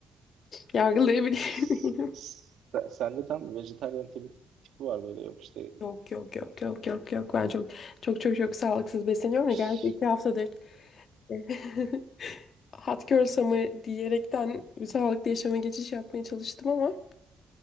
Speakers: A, on the left (about 55°); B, on the right (about 75°).
A: Yargılayabilir
B: S-
A: miyim?
B: s- Sende tam vejetaryen tipi, tipi var böyle yok işte
A: Yok yok yok yok yok yok ben çok çok çok çok sağlıksız besleniyorum da gerçi
B: ş-
A: iki haftadır <laughs> hot girl summer diyerekten sağlıklı yaşama geçiş yapmaya çalıştım ama